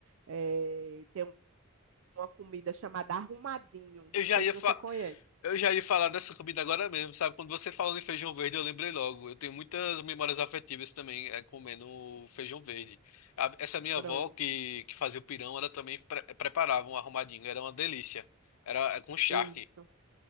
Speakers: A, on the right; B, on the left.
A: Eh, tem uma comida chamada arrumadinho.
B: Eu
A: Não
B: já
A: sei
B: ia
A: se você
B: fa-
A: conhece.
B: eu já ia falar dessa comida agora mesmo, sabe? Quando você falou em feijão verde, eu lembrei logo. Eu tenho muitas memórias afetivas também é, comendo feijão verde. A- Essa minha
A: Pronto.
B: avó que, que fazia o pirão, ela também pre- preparava um arrumadinho, era uma delícia. Era é, com charque.
A: Isso.